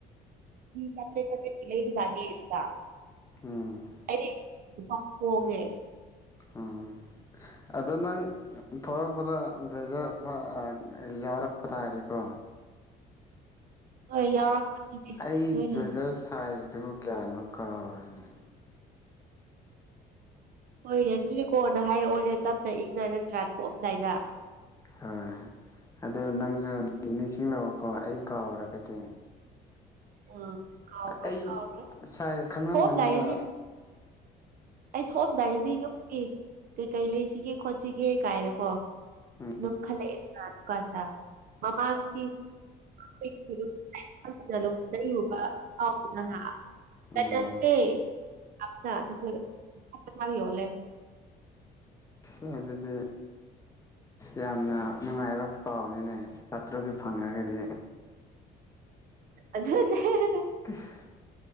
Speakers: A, on the right; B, on the left.
A: ꯆꯥꯇ꯭ꯔꯦꯠ ꯆꯥꯇ꯭ꯔꯦꯠ ꯀꯤ ꯂꯩꯕꯖꯠꯅꯦ ꯏꯗꯨꯗ
B: ꯎꯝ
A: ꯑꯩꯗꯤ ꯂꯄꯥ ꯀꯣꯡꯉꯦ
B: ꯎꯝ ꯑꯗꯣ ꯅꯪ ꯊꯣꯂꯛꯄꯗ ꯕꯔꯖꯔ ꯑꯃ ꯌꯥꯎꯔꯛꯄ ꯇꯥꯔꯦꯀꯣ
A: <inaudible> ꯍꯣꯏ ꯌꯥꯎꯔꯛꯀꯅꯤꯅꯦ
B: ꯑꯩ
A: ꯅꯣꯏꯅ
B: ꯕꯦꯖꯔ ꯁꯥꯢꯇꯨꯕꯨ ꯀꯌꯥꯅꯣ ꯀꯥꯥꯎꯔꯦꯅꯦ
A: ꯍꯣꯢ ꯌꯥꯢꯗꯨꯗꯤꯀꯣꯅ ꯍꯥꯢꯔꯛꯑꯣꯔꯦ ꯇꯞꯇꯅ ꯏꯪꯅ ꯅꯠꯇ꯭ꯔꯥ ꯊꯣꯛꯑꯝꯗꯥꯢꯗ
B: ꯍꯣꯢ ꯑꯗꯨ ꯅꯪꯁꯨ ꯅꯤꯡꯁꯤꯡꯂꯛꯑꯣꯀꯣ ꯑꯩ ꯀꯥꯎꯔꯒꯗꯤ
A: ꯎꯝ ꯀꯥꯎꯔꯣꯏ
B: ꯑꯩ
A: ꯀꯥꯎꯔꯣꯏ
B: ꯁꯥꯢꯖ ꯈꯪꯂꯝꯒꯅꯤꯗ
A: ꯊꯣꯛꯑꯝꯗꯥꯏꯗꯗꯤ ꯑꯩ ꯊꯣꯛꯑꯝꯗꯥꯢꯗꯗꯤ ꯌꯨꯝꯒꯤ ꯀꯩꯀꯩ ꯂꯩꯁꯤꯒꯦ ꯈꯣꯠꯁꯤꯒꯦ ꯀꯥꯢꯅ ꯀꯣ
B: ꯎꯝ
A: ꯑꯗꯨꯝ ꯈꯜꯂꯛꯑꯦꯀꯥꯟ ꯑꯗꯨꯗꯨꯀꯥꯟꯗ ꯃꯃꯥꯡꯒꯤ <unintelligible> ꯂꯩꯔꯕ ꯑꯧ ꯎ ꯅꯍꯥ
B: ꯎꯝ
A: ꯑꯖ ꯗ꯭ꯔꯦ ꯑꯞꯅ ꯑꯗꯨ ꯄꯣꯔꯦ ꯑꯞ ꯑꯊꯥꯕꯤ ꯌꯣꯜꯂꯦ
B: ꯁꯦ ꯑꯗꯨꯗꯤ ꯌꯥꯝꯅ ꯅꯨꯡꯉꯥꯢꯕ ꯄꯥꯎꯅꯤꯅꯦ ꯑꯥꯠꯇ꯭ꯔꯕꯦꯛ ꯐꯪꯉꯑꯒꯗꯤ
A: ꯑꯗꯨꯅꯦ
B: <unintelligible>